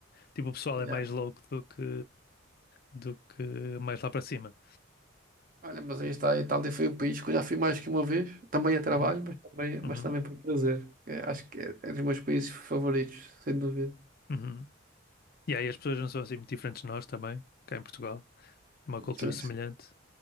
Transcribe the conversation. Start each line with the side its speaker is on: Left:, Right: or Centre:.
Left: tipo, o pessoal
Right: Yeah.
Left: é mais louco do que, do que mais lá para cima.
Right: Olha, mas aí está, a Itália foi um país que eu já fui mais que uma vez, também a trabalho,
Left: Uhum,
Right: mas também, mas
Left: uhum,
Right: também por prazer. É, acho que é, é dos meus países favoritos, sem dúvida.
Left: uhum. E aí as pessoas não são assim muito diferentes de nós também, cá em Portugal. É uma cultura
Right: Sim,
Left: semelhante.
Right: sim.